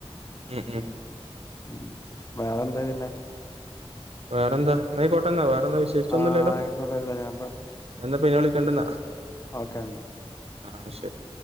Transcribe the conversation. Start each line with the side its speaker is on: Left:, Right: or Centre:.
Right: ഉം ഉം
Left: ഉം വേറെന്താ പിന്നെ
Right: വേറെന്താ ന്നാ ആയി <unintelligible> വേറെന്താ വിശേഷിച്ച്
Left: ആഹ്
Right: ഒന്നുമില്ലല്ലോ
Left: ആയിക്കോട്ടെ ഇല്ല ഞാൻ
Right: എന്നാ പിന്നെ വിളിക്കണ്ടന്നാ
Left: ഒക്കെ എന്നാ <inaudible>
Right: ആഹ ശരി <inaudible>